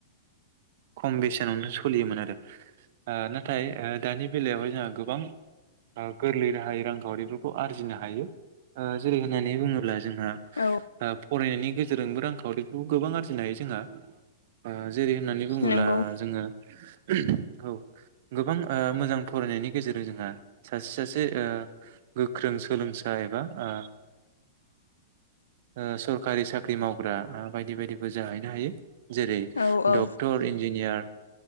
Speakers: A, on the right (about 55°); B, on the left (about 85°).
A: खम बेसेनावनो सलियोमोन आरो ओ नाथाय ओ दानि बेलायावहाय जोंहा गोबां ओ गोरलै राहायै रांखावरिफोरखौ आरजिनो हायो ओ जेरै होननानै बुङोब्ला जोंहा ओ
B: औ
A: फरायनायनि गेजेरजोंबो रांखावरिखौ गोबां आरजिनो हायो जोंहा ओज जेरै होननानै बुङोब्ला
B: नंगौ
A: जोङो औ गोबां ओ मोजां फरायनायनि गेजेरजों जोंहा सासे सासे ओ गोख्रों सोलोंसा एबा ओ ओ सरखारि साख्रि मावग्रा ओ बायदि बायदिबो जाहैनो हायो। जेरै
B: औ औ
A: डक्टर इन जिनियार